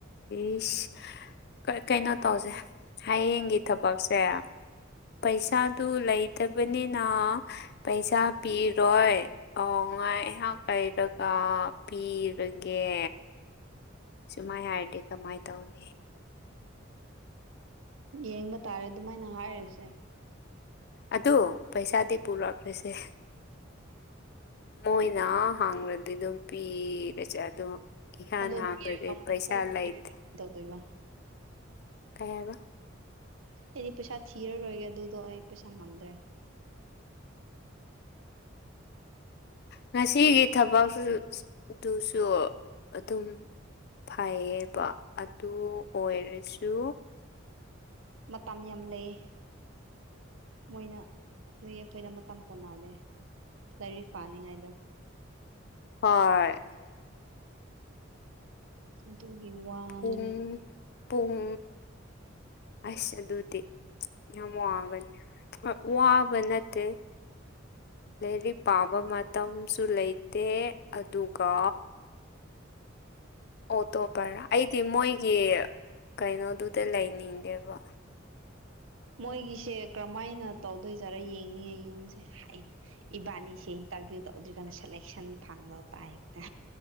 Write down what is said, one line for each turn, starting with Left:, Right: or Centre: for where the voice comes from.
Left: ꯏꯁ꯫ ꯀꯩꯅꯣ ꯇꯧꯁꯦ ꯍꯌꯦꯡꯒꯤ ꯊꯕꯛꯁꯦ꯫ ꯄꯩꯁꯥꯗꯨ ꯂꯩꯇꯕꯅꯤꯅ꯫ ꯄꯩꯁꯥ ꯄꯤꯔꯣꯏ ꯑꯥ ꯉꯥꯏꯍꯥꯛ ꯂꯩꯔꯒ ꯄꯤ ꯔꯒꯦ꯫ ꯁꯨꯃꯥꯏ ꯍꯥꯏꯔꯗꯤ ꯀꯃꯥꯏꯅ ꯇꯧꯅꯤ꯫
Right: ꯌꯦꯡꯕ ꯇꯥꯔꯦ ꯑꯗꯨꯃꯥꯏꯅ ꯍꯥꯏꯔꯤꯁꯦ꯫
Left: ꯑꯗꯣ ꯄꯩꯁꯥꯗꯤ ꯄꯨꯔꯛꯂꯁꯦ꯫ ꯃꯣꯏꯅ ꯍꯪꯂꯗꯤ ꯑꯗꯨꯝ ꯄꯤꯔꯁꯦ ꯑꯗꯨꯝ꯫ ꯏꯍ
Right: ꯑꯗꯣ
Left: ꯍꯥꯟꯕꯗ
Right: ꯄꯤꯔꯒ ꯃꯣꯏꯅ
Left: ꯄꯩꯁꯥ
Right: ꯑꯃꯨꯛ
Left: ꯂꯩꯇꯦ꯫
Right: ꯄꯤꯗꯣꯏꯔ ꯀꯃꯥꯏꯅ ꯇꯧꯗꯣꯏꯕ
Left: ꯀꯥꯌꯔ꯫
Right: ꯑꯩꯗꯤ ꯄꯩꯁꯥ ꯊꯤꯔꯔꯣꯏꯒꯦ ꯑꯗꯨꯗꯣ ꯑꯩ ꯄꯩꯁꯥ ꯉꯝꯗ꯭ꯔꯦ꯫
Left: <inaudible> ꯉꯁꯤꯒꯤ ꯊꯕꯛ ꯑꯗꯨꯁꯨ ꯑꯗꯨꯝ꯫ ꯐꯩꯌꯦꯕ ꯑꯗꯨ ꯑꯣꯏꯔꯁꯨ꯫
Right: ꯃꯇꯝ ꯌꯥꯝ ꯂꯩꯌꯦ꯫ ꯃꯣꯏꯅ ꯅꯣꯏ ꯑꯩꯈꯣꯏꯅ ꯃꯇꯝ ꯀꯣꯟꯅꯍꯥꯜꯂꯦ꯫ ꯂꯥꯏꯔꯤꯛ ꯄꯥꯅꯤꯡꯉꯥꯏꯗꯣ
Left: ꯍꯣꯏ
Right: ꯑꯗꯨꯒꯤ ꯋꯥꯅꯤꯅ
Left: ꯄꯨꯡ ꯄꯨꯡ ꯑꯁ ꯑꯗꯨꯗꯤ ꯌꯥꯝ ꯋꯥ ꯋꯥꯒꯅꯤ ꯋꯥꯕ ꯅꯠꯇꯦ ꯂꯥꯏꯔꯤꯛ ꯄꯥꯕ ꯃꯇꯝꯁꯨ ꯂꯩꯇꯦ ꯑꯗꯨꯒ ꯑꯣ ꯇꯣ ꯚꯔꯥ ꯑꯩꯗꯤ ꯃꯣꯏꯒꯤ ꯀꯩꯅꯣꯗꯨꯗ ꯂꯩꯅꯤꯡ ꯇꯔ
Right: ꯃꯣꯏꯒꯤꯁꯦ ꯀꯔꯝꯍꯥꯏꯅ ꯇꯧꯗꯣꯏꯖꯥꯔꯥ ꯌꯦꯡꯅꯤꯡꯉꯦ ꯌꯨꯝꯁꯦ ꯍꯥꯏꯅ ꯏꯕꯥꯅꯤꯁꯦ ꯇꯔꯚꯀꯥꯟ ꯁꯦꯀꯁꯟ ꯐꯥꯂ ꯇꯥꯏꯛꯇ